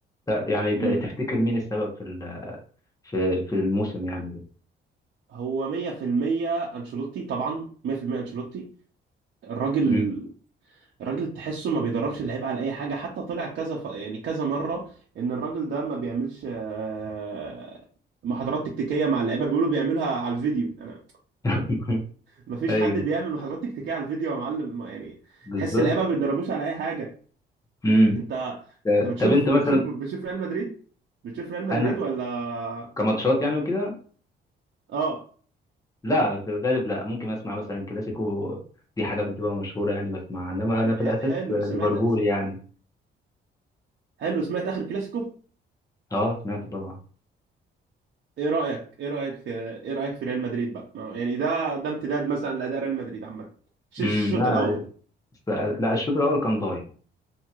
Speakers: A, on the left (about 15°); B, on the right (about 60°).
A: ت- يعني
B: مم.
A: ت- تفتكر مين السبب في ال- في في الموسم يعني ده
B: هو 100% انشيلوتي طبعا 100% انشيلوتي الراجل
A: امم
B: الراجل تحسه ما بيدربش اللعيبه على اي حاجه حتى طلع كذا ف... يعني كذا مره ان الراجل ده ما بيعملش آه، محاضرات تكتيكيه مع اللعيبه بيقولوا بيعملها على الفيديو انا
A: <laughs>
B: ما فيش
A: ايوه
B: حد بيعمل محاضرات تكتيكيه على الفيديو يا معلم ما- يعني
A: بالظبط
B: تحس اللعيبه ما بيدربوش على اي حاجه
A: امم
B: انت
A: ت-
B: انت بتشوف
A: طب انت مثلا
B: بتشوف بتشوف ريال مدريد بتشوف ريال مدريد
A: انا
B: ولا
A: كماتشات يعني وكده
B: اه
A: لا في الغالب لا ممكن اسمع مثلا كلاسيكو دي حاجه بتبقى مشهوره يعني بسمعها انما انا في
B: ح...
A: الاساس
B: حلو
A: ليفربول
B: سمعت
A: يعني
B: حلو سمعت اخر كلاسيكو
A: اه سمعته طبعا
B: ايه رأيك ايه رأيك في ايه رأيك في ريال مدريد بقى ما- يعني ده ده امتداد مثلا لأداء ريال مدريد عامة ش-
A: امم
B: الشوط
A: لا
B: الأول
A: است- لا الشوط الاول كان ضايع